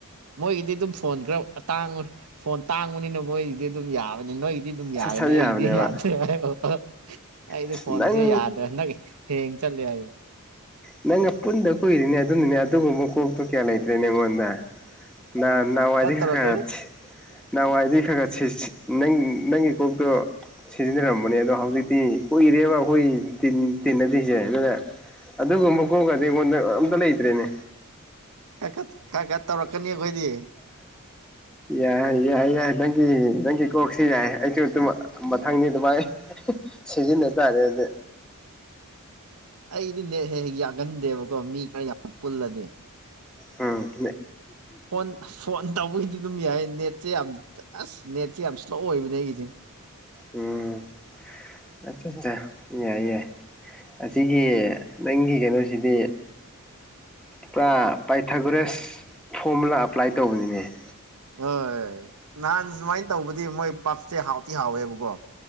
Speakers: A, on the right; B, in the centre.
A: ꯃꯣꯏꯒꯤꯗꯤ ꯑꯗꯨꯝ ꯐꯣꯟ ꯈꯔꯥꯡꯕ ꯐꯣꯟ ꯇꯥꯡꯕꯅꯤꯅ ꯃꯣꯏꯒꯤꯗꯤ ꯑꯗꯨꯝ ꯌꯥꯕꯅꯤ ꯅꯣꯏ ꯑꯗꯨꯝ ꯌꯥꯔꯅꯤ
B: ꯁꯠ ꯁꯠ ꯌꯥꯕꯅꯦꯕ
A: ꯑꯩꯗꯤ ꯌꯥꯗ꯭ꯔꯦ ꯍꯥꯏ ꯑꯩꯗꯤ
B: ꯑꯁ
A: ꯐꯣꯟꯁꯦ
B: ꯅꯪ
A: ꯌꯥꯗ꯭ꯔ ꯅꯪ ꯍ ꯆꯦꯣ
B: ꯅꯪ ꯄꯨꯟꯗ ꯀꯨꯏꯅꯦ ꯑꯗꯨ ꯅꯅꯦ ꯑꯗꯨꯨꯝꯕ ꯀꯗ ꯀꯌꯥꯂꯇ꯭ꯔꯦꯅꯦꯣꯟ ꯅ ꯋꯥꯗꯤ
A: ꯈꯔ ꯇꯧꯔꯛꯀꯅꯤ
B: ꯈ ꯈ ꯅꯍꯥꯟꯋꯥꯏꯗꯤ ꯈꯔ ꯈꯔ ꯅꯪ ꯅꯪꯒꯤ ꯀꯣꯛꯇꯣ ꯁꯤꯖꯤꯟꯅꯔꯝꯕꯅꯦ ꯑꯗꯣ ꯍꯧꯖꯤꯛꯇꯤ ꯀꯨꯏꯔꯦꯕ ꯑꯩꯈꯣꯏ ꯇꯤꯟꯅꯗꯣꯏꯁꯦ ꯑꯗꯨꯅ ꯑꯗꯨꯒꯨꯝ ꯃꯀꯣꯛꯒꯗꯤ ꯑꯩꯉꯣꯟꯗ ꯑꯝꯇ ꯂꯩꯇ꯭ꯔꯦꯅꯦ
A: ꯈꯔ ꯈꯠ ꯈꯔ ꯈꯠ ꯇꯧꯔꯛꯀꯅꯤ ꯑꯩꯈꯣꯏꯗꯤ
B: ꯌꯥꯏ ꯌꯥꯏ ꯌꯥꯏ ꯅꯪꯒꯤ ꯅꯪꯒꯤ ꯀꯣꯛꯁꯤ ꯌꯥꯏ ꯑꯩꯁꯨ ꯑꯗꯨꯝ ꯃꯊꯪꯅꯤ ꯑꯗꯨꯃꯥꯏ ꯁꯤꯖꯤꯅꯇꯥ ꯍꯥꯏꯔꯦꯗꯤ
A: ꯑꯩꯗꯤ ꯅꯦꯛ ꯍꯦꯛ ꯍꯦꯛ ꯌꯥꯒꯟꯗꯦꯕꯀꯣ ꯃꯤ ꯈꯔ ꯌꯥꯝ ꯄꯨꯜꯂꯗꯤ
B: ꯎꯝ
A: ꯐꯣꯟ ꯐꯣꯟ ꯇꯧꯕꯒꯤꯗꯤ ꯑꯗꯨꯝ ꯌꯥꯏ ꯅꯦꯠ <unintelligible> ꯌꯥꯝ ꯑꯁ ꯅꯦꯠꯁꯦ ꯌꯥꯝ ꯏꯁ꯭ꯂꯣ ꯑꯣꯏꯕꯅꯦ ꯑꯩꯒꯤꯁꯦ
B: ꯎꯝ ꯑꯆꯥ ꯑꯆꯥ <unintelligible> ꯑꯁꯤꯒꯤ ꯅꯪꯒꯤ ꯀꯩꯅꯣꯁꯤꯗꯤ ꯄꯨꯔꯥ ꯄꯥꯏꯊꯒꯨꯔꯦꯁ ꯑꯦꯄ꯭ꯂꯥꯏ ꯇꯧꯕꯅꯤꯅꯦ
A: ꯍꯣꯏ ꯅꯍꯥꯟ ꯁꯨꯃꯥꯏꯅ ꯇꯧꯕꯗꯤ ꯃꯣꯏ ꯄꯞꯁꯦ ꯍꯥꯎꯇꯤ ꯍꯥꯎꯋꯦꯕꯀꯣ